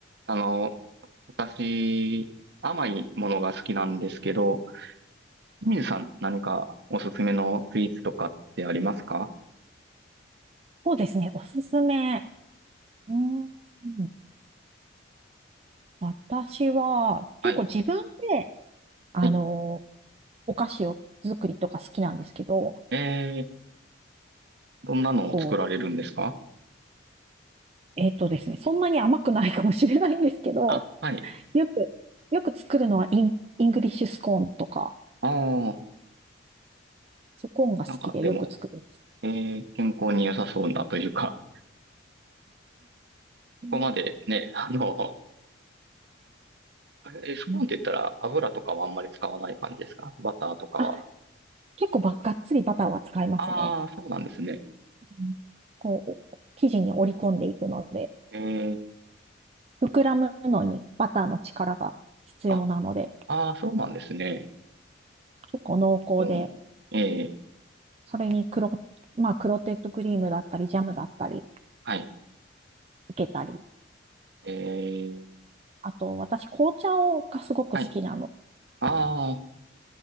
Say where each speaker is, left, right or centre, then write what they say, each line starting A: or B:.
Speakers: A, on the right; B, on the right.
A: あの、私、甘いものが好きなんですけど、清水さん何かおすすめのスイーツとかってありますか
B: そうですね。おすすめ。うーん。私は、結構自分で、
A: はい。
B: あの、
A: はい。
B: お菓子を作りとか好きなんですけど、
A: えー、どんなのを作られるんですか
B: こう、えっとですね、そんなに甘くないかもしれないんですけど、
A: あ、はい。
B: よく、よく作るのはイン、イングリッシュスコーンとか、
A: ああ、
B: スコーンが好きでよく作るんです。
A: なんかでも、えー、健康に良さそうなというか、
B: うん
A: ここまでね、あの、え、スコーンって言ったら油とかはあんまり使わない感じですかバターとかは。
B: うんあ、結構ば、がっつりバターは使いますね。
A: ああ、そうなんですね。
B: うんこう、お生地に折り込んでいくので、
A: えー、
B: 膨らむのにバターの力が必要なので、
A: あ、ああ、そうなんですね。
B: 結構濃厚で、
A: うん。ええ、
B: それに黒、まあ、クロテッドクリームだったり、ジャムだったり、
A: はい。
B: つけたり。
A: えー、
B: あと、私、紅茶をがすごく好きなの。
A: はい。ああ、